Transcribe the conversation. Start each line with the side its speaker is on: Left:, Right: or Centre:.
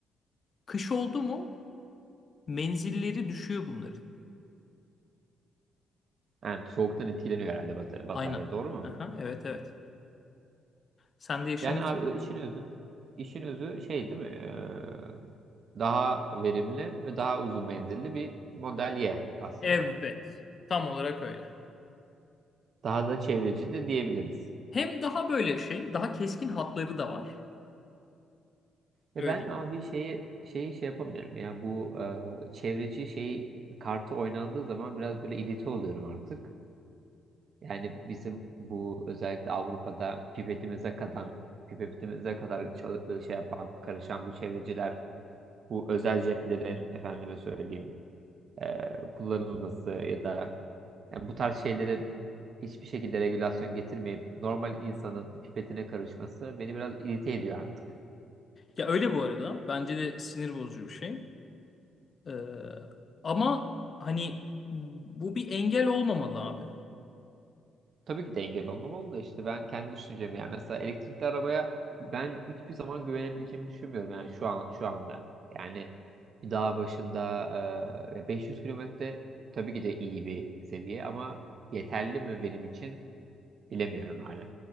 Left: Kış oldu mu menzilleri düşüyor bunların.
Right: Yani soğuktan etkileniyor herhalde bat- batarya
Left: Aynen.
Right: doğru mu?
Left: Aha, evet evet. Sen de yaşamışsındır.
Right: Yani abi işin özü işin özü şey değil mi? Ee, daha verimli ve daha uzun menzilli bir model Y aslında.
Left: Evet. Tam olarak öyle.
Right: Daha da çevreci de diyebiliriz.
Left: Hem daha böyle şey, daha keskin hatları da var.
Right: Ya
Left: Öyle
Right: ben
Left: değil.
Right: abi
Left: mi?
Right: şeyi şeyi şey yapamıyorum ya bu e, çevreci şeyi kartı oynandığı zaman biraz böyle irite oluyorum artık. Yani bizim bu özellikle Avrupa'da pipetimize kadar pipetimize kadar çal- şey yapan karışan bu çevreciler bu özel jetlerin efendime söyleyeyim e, kullanılması ya da yani bu tarz şeylerin hiçbir şekilde regülasyon getirmeyip normal insanın pipetine karışması beni biraz irite ediyor artık.
Left: Ya öyle bu arada. Bence de sinir bozucu bir şey. Ee, ama hani bu bir engel olmamalı abi.
Right: Tabii ki de engel olmamalı da işte ben kendi düşüncemi yani mesela elektrikli arabaya ben hiçbir zaman güvenebileceğimi düşünmüyorum yani şu an şu anda. Yani bir dağ başında e, 500 kilometre tabii ki de iyi bir seviye ama yeterli mi benim için bilemiyorum hala.